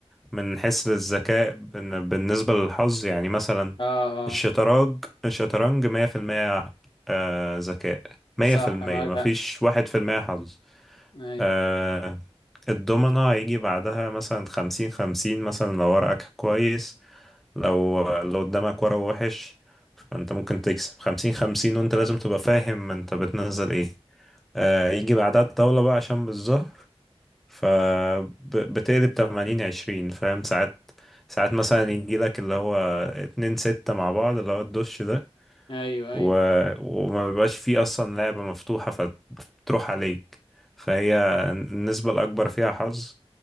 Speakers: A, in the centre; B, on the left.
A: من حيث الذكاء بن- بالنسبة للحظ يعني مثلا
B: اه
A: الشطرنج
B: اه
A: الشطرنج مية في المية آه، ذكاء مية
B: صح
A: في المية
B: معاك
A: مفيش
B: حق
A: واحد في المية حظ
B: اي
A: آه، الدومنة هيجي بعدها مثلا خمسين خمسين مثلا لو ورقك كويس لو لو قدامك ورق وحش فانت ممكن تكسب خمسين خمسين وانت لازم تبقى فاهم انت بتنزل ايه آه، يجي بعدها الطاولة بقى عشان بالظهر فبتقلب 80 20 فاهم ساعات ساعات مثلا يجيلك اللي هو اتنين ستة مع بعض اللي هو الدش ده
B: ايوه ايوه
A: و... وما بيبقاش فيه أصلا لعبة مفتوحة فتروح عليك فهي النسبة الأكبر فيها حظ